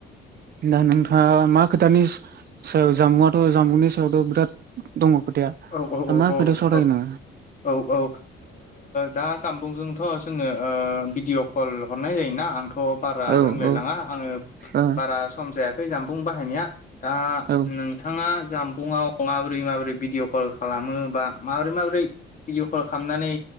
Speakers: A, on the right; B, on the left.
A: दा नोंथाङा मा? खोटानि सायाव जामुआथ' जामुंनि सायावथ' बिराद दङ। खोथाया
B: औ औ
A: दा
B: औ
A: मा खोथायाव सावरायनो
B: औ औ औ ओ दा जामबुंजों थ' जोङो ओ भिदिअ कल हरनाय जायोना आं थ' बारा
A: औ
B: रोंलायलाङा
A: औ
B: आङो
A: ओ
B: बारा सम जाया थै जामफुं बाहायनाया। दा
A: औ ओम
B: नोंथाङा जाम फुङाव माबोरै माबोरै भिडिअ कल खालामो बा माबोरै माबोरै भिडिअ' कल खालामनानै